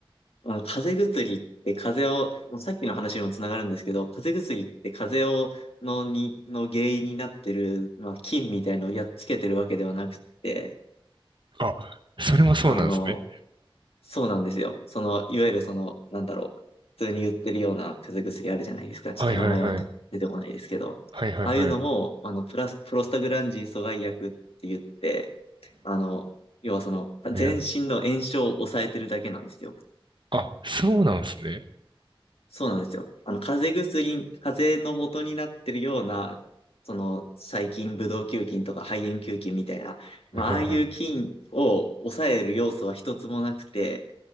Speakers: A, on the left (about 85°); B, on the right (about 55°).
A: あの、風邪薬って風邪を、もうさっきの話にもつながるんですけど、風邪薬って風邪を、のに、の原因になってる、まあ、菌みたいのをやっつけてるわけではなくって、
B: あ、それもそうなんですね。
A: あの、そうなんですよ。その、いわゆるその、なんだろう。普通に売ってるような風邪薬あるじゃないですか。ちょっと名前は出出てこないですけど。
B: はいはいはい。はいはいはい。
A: ああいうのも、あの、プラス、プロスタグランジン阻害薬って言って、あの、要はその、
B: はいはい。
A: 全身の炎症を抑えてるだけなんですよ。
B: あ、そうなんですね。
A: そうなんですよ。あの、風邪薬、風邪の元になってるような、その、細菌、ブドウ球菌とか肺炎球菌みたいな、まあ、
B: はいはいはい。
A: ああいう菌を抑える要素は一つもなくて、